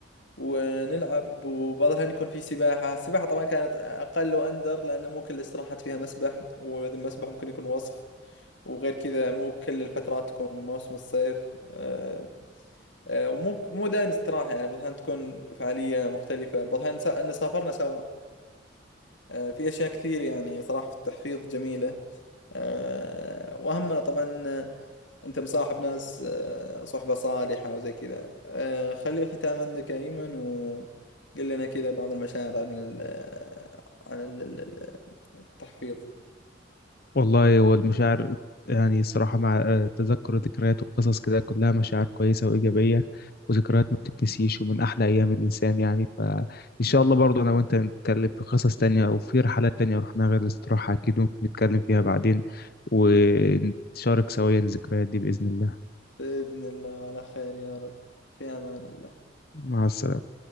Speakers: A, on the left; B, on the left.
A: ونلعب وبعض الأحيان يكون في سباحة السباحة طبعا كانت أقل وأندر لأن مو كل الاستراحات فيها مسبح وإذا مسبح ممكن يكون وسخ وغير كذا مو كل الفترات تكون موسم الصيف آه، آه، ومو مو دائم استراحة يعني بعض الأحيان تكون فعالية مختلفة بعض الأحيان سا- أن سافرنا سوا آه، في أشياء كثير يعني صراحة في التحفيظ جميلة آه، وأهمها طبعا انت مصاحب ناس آه، صحبة صالحة وزي كذا آه، خلي الختام عندك يا ايمن وقل لنا كذا بعض المشاعر عن ال آه، عن ال التحفيظ
B: والله هو المشاعر يعني الصراحة مع آه، تذكر ذكريات وقصص كده كلها مشاعر كويسة وإيجابية وذكريات ما بتتنسيش ومن أحلى أيام الإنسان يعني فإن شاء الله برضه أنا وأنت نتكلم في قصص تانية وفي رحلات تانية رحناها غير الاستراحة أكيد ممكن نتكلم فيها بعدين ونشارك سويا الذكريات دي بإذن الله
A: بإذن الله على خير يا رب في امان الله
B: مع السلامة